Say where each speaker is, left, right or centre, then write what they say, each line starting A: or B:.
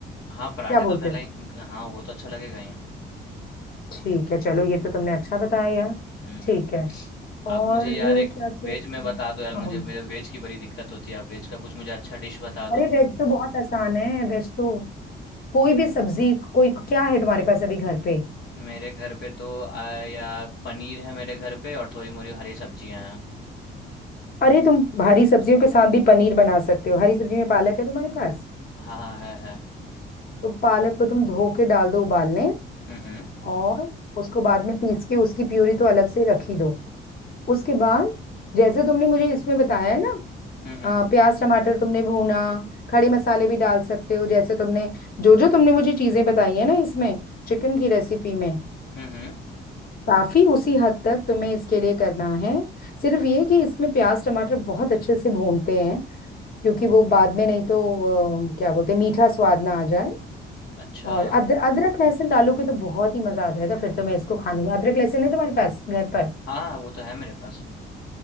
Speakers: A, on the left; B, on the left.
A: हाँ
B: क्या
A: पराठे
B: बोलते
A: तो कर
B: हो
A: लाएं- हाँ वो तो अच्छा लगेगा ही
B: ठीक है चलो ये तो तुमने अच्छा बताया यार
A: हम्म
B: ठीक
A: हम्म
B: है और
A: आप मुझे यार एक
B: क्या क्या
A: वेज में बता दो यार
B: हाँ
A: मुझे
B: बोलो
A: मेरे वेज की बड़ी दिक्कत होती है आप वेज का कुछ मुझे अच्छा डिश बता
B: अरे
A: दो
B: वेज तो बहुत आसान है वेज तो कोई भी सब्जी कोई क्या है तुम्हारे पास अभी घर पे
A: मेरे घर पे तो आ, यार पनीर है मेरे घर पे और थोड़ी मोरी हरी सब्जियां हैं
B: अरे तुम हरी सब्जियों के साथ भी पनीर बना सकते हो हरी सब्जी में पालक है तुम्हारे पास
A: हाँ हाँ है है
B: तो पालक को तुम धो के डाल दो उबालने
A: हम्म हम्म
B: और उसको बाद में पीस के उसकी प्यूरी तो अलग से रख ही दो उसके बाद जैसे तुमने मुझे इसमें बताया है ना
A: हम्म हम्म
B: अ, प्याज टमाटर तुमने भूना खड़े मसाले भी डाल सकते हो जैसे तुमने जो जो तुमने मुझे चीजें बताई है ना इसमें चिकन की रेसिपी में
A: हम्म हम्म,
B: काफी उसी हद तक तुम्हें इसके लिए करना है सिर्फ ये कि इसमें प्याज टमाटर बहुत अच्छे से भूनते हैं क्योंकि वो बाद में नहीं तो अ, क्या बोलते हैं मीठा स्वाद ना आ जाए
A: अच्छा
B: और अदर, अदरक लहसुन डालोगे तो बहुत ही मजा आ जाएगा फिर तुम्हें इसको खाने में अदरक लहसुन है तुम्हारे पास घर पर
A: हाँ हाँ, वो तो है मेरे पास